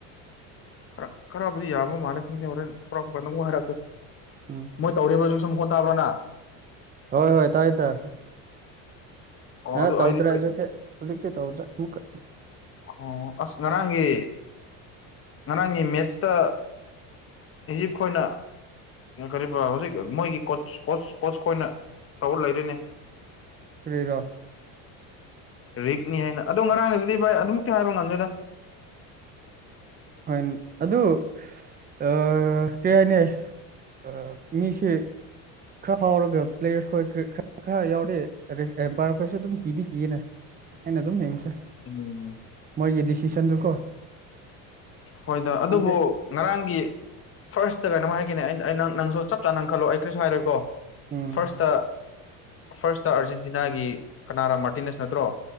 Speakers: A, on the left; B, on the right.
A: ꯈꯔ ꯈꯔꯕꯨꯗꯤ ꯌꯥꯕ ꯃꯥꯜꯂꯦ ꯈꯪꯗꯦ ꯍꯣꯔꯦꯟ ꯊꯣꯔꯛꯄ ꯀꯗ ꯑꯃꯕꯨꯛ ꯍꯥꯏꯔꯛꯀꯦ
B: ꯎꯝ
A: ꯃꯣꯏ ꯇꯧꯔꯤꯕ ꯍꯧꯁꯨ ꯁꯨꯝ ꯐꯣꯟ ꯇꯥꯕ꯭ꯔꯣꯅ
B: ꯍꯣꯏ ꯍꯣꯏ ꯇꯥꯏ ꯇ
A: ꯑꯣ
B: ꯑ
A: ꯑꯗꯨ
B: ꯇꯧꯗ꯭ꯔꯦ
A: ꯑꯩꯗꯤ ꯑꯩ
B: ꯑꯖꯛꯇꯦ ꯍꯧꯖꯤꯛꯇꯤ ꯇꯧꯗ꯭ꯔꯦ ꯃꯛ
A: ꯑꯣ ꯑꯁ ꯉꯔꯥꯡꯒꯤ ꯉꯔꯥꯡꯒꯤ ꯃꯦꯠꯁꯇ ꯏꯖꯤꯞ ꯈꯣꯏꯅ ꯀꯔꯤꯕ ꯍꯧꯖꯤꯛ ꯃꯣꯏꯒꯤ ꯀꯣꯁ ꯀꯣꯁ ꯀꯣꯁ ꯈꯣꯏꯅ ꯇꯧ ꯂꯩꯔꯤꯅꯦ
B: ꯀꯔꯤꯔꯥ
A: ꯔꯤꯛꯅꯤ ꯍꯥꯏꯅ ꯑꯗꯣ ꯉꯔꯥꯡꯒꯤꯗꯨꯗꯤ ꯚꯥꯏ ꯑꯗꯨꯃꯛꯇꯤ ꯍꯥꯏꯕ ꯉꯝꯗꯦꯗ
B: ꯍꯣꯏ ꯑꯗꯨ ꯑ ꯀꯩ ꯍꯥꯏꯅꯤ ꯑꯥ ꯃꯤꯁꯦ ꯈꯔ ꯐꯥꯎꯔꯒ ꯄ꯭ꯂꯦꯌꯔꯁ ꯈꯣꯏ ꯈꯔ ꯈꯔ ꯈꯔ ꯌꯥꯎꯔꯗꯤ ꯑꯦꯝꯄꯥꯌꯔ ꯈꯣꯏꯁꯨ ꯑꯗꯨꯝ ꯀꯤꯗꯤ ꯀꯤꯌꯦꯅꯦ ꯑꯩꯅ ꯑꯗꯨꯝ ꯌꯦꯡꯁꯦ
A: ꯎꯝ
B: ꯃꯣꯏꯒꯤ ꯗꯤꯁꯤꯁꯟꯗꯨꯀꯣ
A: ꯍꯣꯏꯗꯥ ꯑꯗꯨꯕꯨ
B: ꯍꯥꯏꯕꯗꯤ
A: ꯉꯔꯥꯡꯒꯤ ꯐꯥꯔꯁꯇ ꯀꯩꯅꯣꯝ ꯍꯥꯏꯒꯦꯅꯦ ꯑꯩꯅ ꯅꯪꯁꯨ ꯆꯞ ꯆꯥꯅ ꯈꯜꯂꯣ ꯑꯩ ꯀꯔꯤꯁꯨ ꯍꯥꯏꯔꯣꯏꯀꯣ
B: ꯎꯝ
A: ꯐꯥꯔꯁꯇ ꯐꯥꯔꯁꯇ ꯑꯥꯔꯖꯦꯟꯇꯤꯅꯥꯒꯤ ꯀꯅꯥꯔꯥ ꯃꯔꯇꯤꯅꯦꯁ ꯅꯠꯇ꯭ꯔꯣ